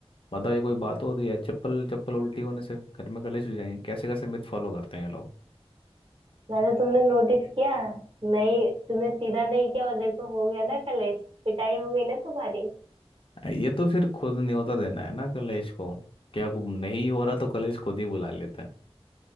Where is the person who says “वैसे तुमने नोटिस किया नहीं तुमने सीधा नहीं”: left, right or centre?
Right